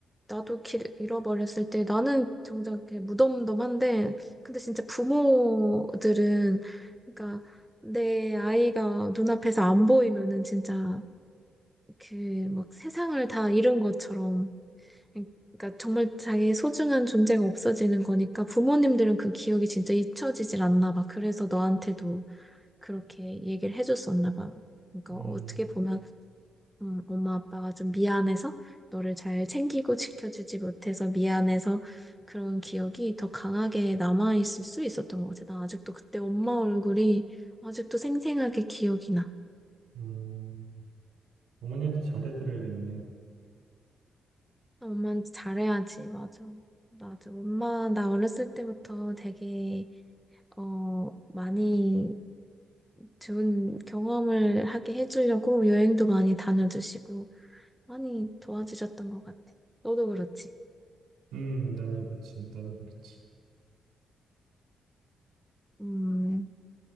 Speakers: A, in the centre; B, on the right (about 85°).
A: 나도 길 잃어버렸을 때 나는 정작 이렇게 무덤덤한데, 근데 진짜 부모들은, 그러니까 내 아이가 눈앞에서 안 보이면은 진짜 그 막 세상을 다 잃은 것처럼, 그러니까 정말 자기의 소중한 존재가 없어지는 거니까 부모님들은 그 기억이 진짜 잊혀지질 않나 봐. 그래서 너한테도 그렇게 얘기를 해줬었나 봐. 그러니까
B: 음,
A: 어떻게 보면 음, 엄마 아빠가 좀 미안해서 너를 잘 챙기고 지켜주지 못해서 미안해서 그런 기억이 더 강하게 남아있을 수 있었던 것 같아. 나 아직도 그때 엄마 얼굴이 아직도 생생하게 기억이 나.
B: 음, 어머니한테 잘해드려야겠네.
A: 나 엄마한테 잘해야지. 맞아. 맞아. 엄마, 나 어렸을 때부터 되게, 어, 많이 좋은 경험을 하게 해주려고 여행도 많이 다녀주시고 많이 도와주셨던 것 같아. 너도 그렇지.
B: 음, 나도 그치, 나도 그렇지.
A: 음,